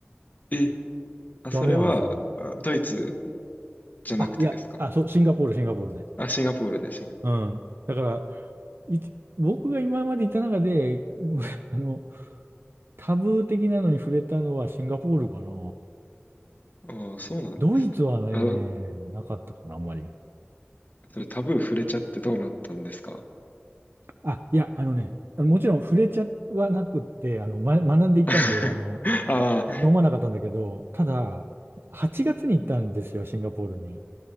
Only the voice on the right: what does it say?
ダメなんですよ。
あ、いや、あ、そう、シンガポール、シンガポールで。
うん。だから、いち僕が今までいた中で、<laughs> あの、タブー的なのに触れたのはシンガポールかな。
ドイツはね、
なかったかな、あんまり。
あ、いや、あのね、もちろん触れちゃはなくって、あの、ま、学んでいったんで、
あの、
飲まなかったんだけど、ただ、8月に行ったんですよ、シンガポールに。